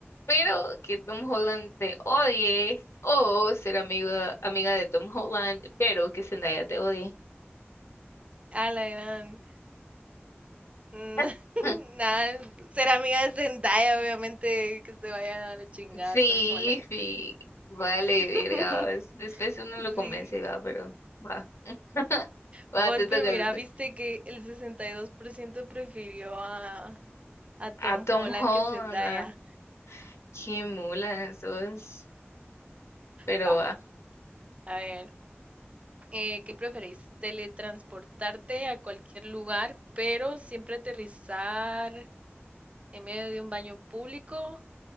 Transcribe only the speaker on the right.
A la gran. Mm,
<laughs> Nada, ser amiga de Zendaya, obviamente, que se vayan a la chingada
Tom Holland.
<laughs>
Sí.
Vos,
pero
mira, viste
que el 62% prefirió a, a Tom
Holland
que Zendaya.
Va,
a ver. Eh, ¿qué preferís? ¿Teletransportarte a cualquier lugar, pero siempre aterrizar en medio de un baño público?